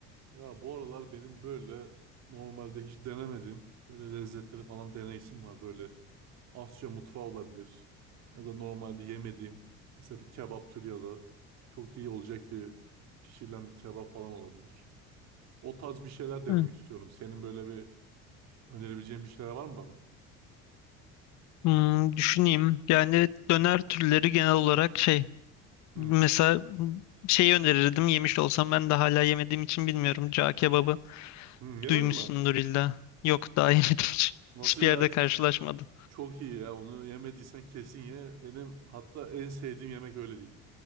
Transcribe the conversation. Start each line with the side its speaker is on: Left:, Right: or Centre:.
Right: Ya bu aralar benim böyle normalde hiç denemediğim böyle lezzetleri falan deneyesim var. Böyle Asya mutfağı olabilir ya da normalde yemediğim mesela bir kebap türü ya da çok iyi olacak bir pişirilen bir kebap falan olabilir. O tarz bir şeyler denemek
Left: Evet.
Right: istiyorum. Senin böyle bir önerebileceğin bir şeyler var mı bana?
Left: Hmm, düşüneyim. Yani döner türleri genel olarak şey mesela
Right: Hı.
Left: şeyi önerirdim yemiş olsam ben de hala yemediğim için bilmiyorum. Cağ kebabı
Right: Hı, yemedin
Left: duymuşsundur
Right: mi?
Left: illa. Yok daha <laughs> yemedim hiç.
Right: Nasıl
Left: Hiçbir
Right: ya?
Left: yerde
Right: Ç-
Left: karşılaşmadım.
Right: Çok iyi ya. Onu yemediysen kesin ye. Benim hatta en sevdiğim yemek öyle değil.